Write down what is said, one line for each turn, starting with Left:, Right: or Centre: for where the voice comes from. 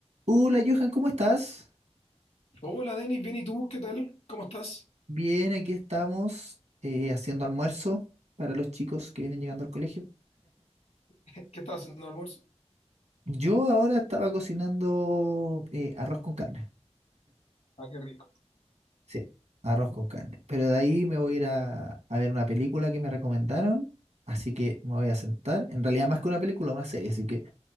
Right: Hola Johan, ¿cómo estás?
Left: Hola Denis, bien y tú, ¿qué tal? ¿Cómo estás?
Right: Bien, aquí estamos eh, haciendo almuerzo para los chicos que vienen llegando al colegio.
Left: <laughs> ¿Qué estás haciendo de almuerzo?
Right: Yo ahora estaba cocinando eh, arroz con carne.
Left: Ah, qué rico.
Right: Sí, arroz con carne. Pero de ahí me voy a ir a, a ver una película que me recomendaron, así que me voy a sentar. En realidad más que una película, una serie, así que me